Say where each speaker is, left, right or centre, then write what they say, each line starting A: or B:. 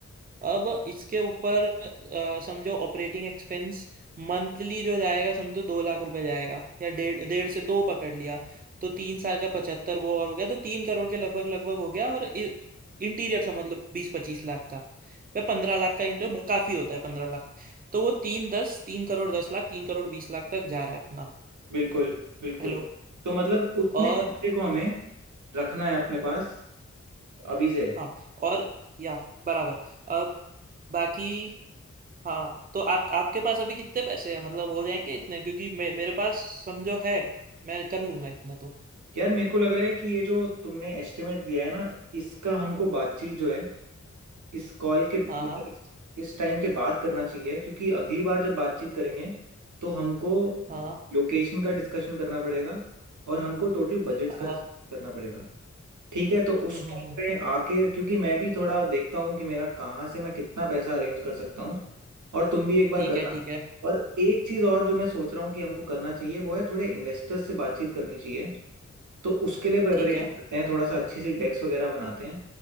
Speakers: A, on the right; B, on the right.
A: अब इसके ऊपर अ, समझो ऑपरेटिंग एक्सपेंस मंथली जो जाएगा समझो दो लाख रुपए जाएगा या डेढ़ डेढ़ से दो पकड़ लिया तो तीन साल का पचहत्तर वो और हो गया तो तीन करोड़ के लगभग लगभग हो गया और इ- इंटीरियर समझ लो बीस पच्चीस लाख का वह पंद्रह लाख का इंटीरियर बहुत काफी होता है पंद्रह लाख तो वो तीन दस तीन करोड़ दस लाख तीन करोड़ बीस लाख तक जा रहा है अपना
B: बिल्कुल बिल्कुल
A: हेलो
B: तो मतलब उतने
A: और
B: खर्चे को हमें रखना है अपने पास अभी से
A: हाँ और या बराबर अब बाकी हाँ तो आप आपके पास अभी कितने पैसे हैं मतलब हो जाएंगे इतने क्योंकि मे, मेरे पास समझो है मैं कर लूंगा इतना तो
B: यार मेरे को लग रहा है कि ये जो तुमने एस्टिमेट दिया है ना इसका हमको बातचीत जो है इस कॉल के मतलब
A: हाँ हाँ
B: इस इस टाइम के बाद करना चाहिए क्योंकि अगली बार जब बातचीत करेंगे तो हमको
A: हाँ
B: लोकेशन का डिस्कशन करना पड़ेगा और हमको टोटल बजट्स का
A: हाँ
B: डिस्कशन
A: हाँ हाँ।
B: करना पड़ेगा ठीक है तो उस
A: हम्म हम्म
B: टाइम
A: हम्म,
B: पे आके क्योंकि मैं भी थोड़ा देखता हूँ कि मेरा कहाँ से मैं कितना पैसा अरेंज कर सकता हूँ और तुम भी एक बार
A: ठीक
B: करना
A: है ठीक है
B: और एक चीज़ और जो मैं सोच रहा हूँ कि हमको करना चाहिए वो है थोड़े इन्वेस्टर्स से बातचीत करनी चाहिए तो उसके लिए प्रिपरेशन
A: ठीक है
B: करते हैं थोड़ा सा अच्छी सी डेस्क वगैरह बनाते हैं